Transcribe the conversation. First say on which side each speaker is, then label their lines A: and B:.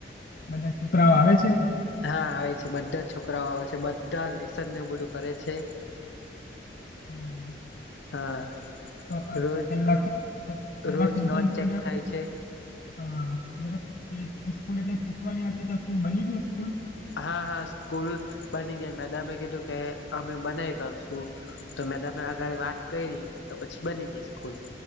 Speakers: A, on the left (about 55°); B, on the left (about 80°).
A: બધા છોકરાઓ આવે છે.
B: હા આવે છે બધા જ છોકરાઓ આવે છે બધા લિસનને બધું કરે છે.
A: <inaudible> હા
B: હા
A: તો
B: રોજ
A: પેલા પેલા
B: રોજ
A: ખીંચન
B: નોટ
A: સ્કૂલ
B: ચેક
A: જરાક
B: થાય છે.
A: હા જરાક એ સ્કૂલ એટલે ચૂટવાની હતી તો શું બની ગયું સ્કૂલ.
B: હા હા સ્કૂલ બની ગઈ મેડમે કીધું કે અમે બનાઈ કાઢશું. તો મેડમે આગળ વાત કરી તો પછી બની ગઈ સ્કૂલ.